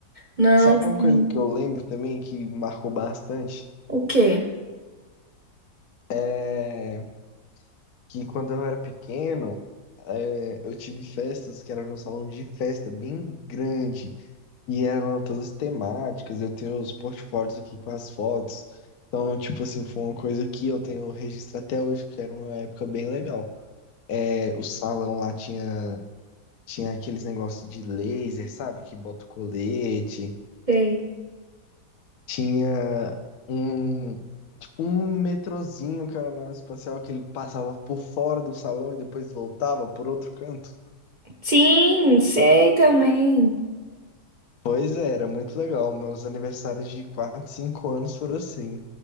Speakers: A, on the right; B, on the left.
A: Não,
B: Sabe uma
A: sim.
B: coisa que eu lembro também que marcou bastante?
A: O quê?
B: É que quando eu era pequeno, é, eu tive festas que era num salão de festa bem grande. E eram todas temáticas, eu tenho os portfólios aqui com as fotos. Então, tipo assim, foi uma coisa que eu tenho registro até hoje, que era uma época bem legal. É, o salão lá tinha, tinha aqueles negócios de laser, sabe? Que bota o colete.
A: Sei.
B: Tinha um, tipo, um metrozinho que era na nave espacial, que ele passava por fora do salão e depois voltava por outro canto.
A: Sim, sei também.
B: Pois é, era muito legal. Meus aniversários de 4, 5 anos foram assim.